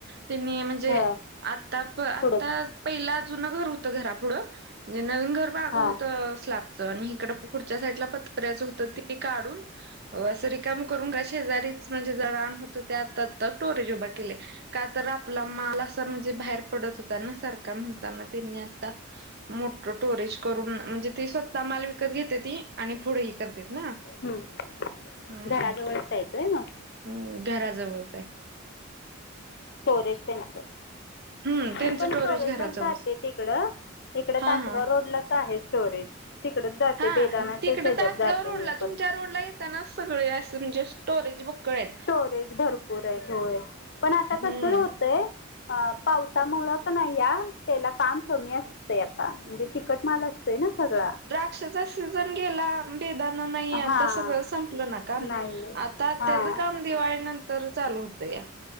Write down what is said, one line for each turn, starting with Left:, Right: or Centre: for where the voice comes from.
Right: त्यांनी म्हणजे
Left: ह
Right: आता आता
Left: पुढं
Right: पहिला अज घर होतं घरा पुुढं. म्हणजे नवीन घर माग
Left: हां
Right: होत स्लॅपचं आणि इकड पुढच्या साईडला पत्र्याचं होतं ते काढून असं रिकम करून का शेजारीच म्हणजे ज रान होतं त्या आता टोरेज उभ केले. का तर आपला माल असा म्हणजे बाहेर पडत होता ना सारखा म्हणताना त्यांनी आता मोठ टोरेज करून म्हणजे ते स्वतः माल विकत घेतेी आणि पुढंही करते ना.
Left: हम्म
Right: हम्म
Left: घराजवळ येतोय मग
Right: हम्म घराजवळच आहे.
Left: स्टोरेज त्यांच
Right: हम्म त्यांचं
Left: ती पण स्टोरेज
Right: घराजवळच
Left: लाच जाते तिकडं इकड
Right: हा
Left: तासगाव
Right: हा
Left: रोडलाच आहे स्टोरेज तिकडेच जाते
Right: हा
Left: बेदानाच्या
Right: तिकडे
Left: साईजात
Right: तासगाव
Left: जाते
Right: रोडला
Left: मी
Right: तुमच्या
Left: पण
Right: रोड ला येतानाच सगळे अस म्हणजे स्टोरेज बघ कळेत.
Left: स्टोरेज भरपूर आहे थोय पण आता
Right: हम्म
Left: कस होतय. अ पावसामुळं क नाही या त्याला काम कमी अस आता म्हणजे चिकट माल असतोय ना सगळा.
Right: क्षाचा सीझन गेला बेदाान नाही
Left: हां
Right: आता सगळं संपलं नाका
Left: नाही
Right: आता
Left: हां
Right: त्याचं काम दिवाळी नंतर चालू होतं या.